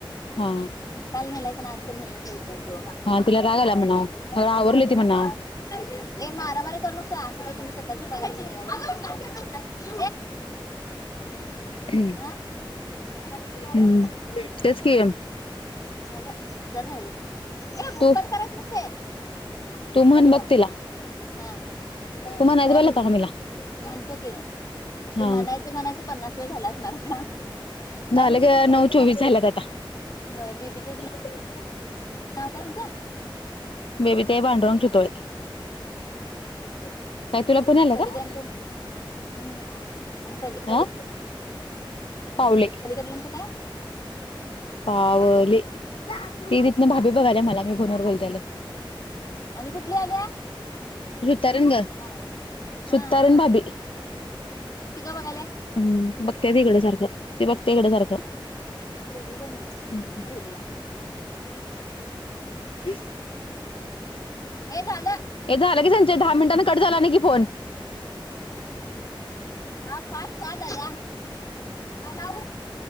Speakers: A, on the left; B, on the left.
A: हा
B: काल नेलायसा आणि आज का नेला नाहीसा विचारतो
A: हा तिला राग आला म्हणाव आवरली
B: असं का तुम्ही असं काय तुम्ही
A: ती म्हणाव.
B: ते मारा मारी करु नकोसा. तुम्ही स्वतःचा पगार <unintelligible>
A: हम्
B: हा हा.
A: हम्म तेच की.
B: झाल जरा राहिलय. हे हुंकट
A: तू
B: करायच नसते
A: तू म्हण
B: हॅलो
A: बघ तिला
B: हा
A: तू म्हणायचं
B: काय
A: बघ
B: ब
A: लता मम्मीला
B: म्हणतो की
A: हा.
B: ते म्हणायचं म्हणायचं पन्नास वेळ झाल असणार आता. काय
A: झालं
B: म्हणली
A: ग
B: आईच
A: नऊ
B: तुमच्या
A: चोवीस
B: नाव
A: झाल्यात आता
B: ते बीबी ताई.
A: <inaudible>
B: नाव काय म्हणत्यां
A: बेबी ताई पांडूरंग शितोळे.
B: सुतो.
A: काय तुला फोन आलाय
B: आणि पलीकडचं
A: काय?
B: नाही नाही आणि पली
A: आ पावले
B: ल्याचं काय?
A: पावले ते तिथन भाभी
B: हा
A: बघाल्या मला मी फोनवर बोलत्याल.
B: आणि कुठली आल्या?
A: सुतारीन ग
B: हा हा. हा
A: सुतारीण
B: हा हा.
A: भाभी
B: ती का बघायलीया?
A: हम्म बघते तिकडे सारखं ते बघते इकडे सारखं.
B: तुझा पोरगीला बग म्हणावं.
A: <inaudible>
B: लीला
A: <inaudible>
B: हे झालं.
A: हे झालं की संचे दहा मिनिटांने कट झाला नाही कि फोन.
B: दहा पाच सहा झाल्या आई लाव